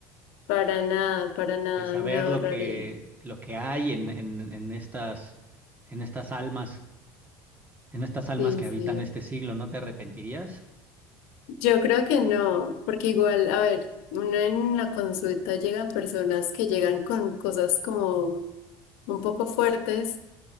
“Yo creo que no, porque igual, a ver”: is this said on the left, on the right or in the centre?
Left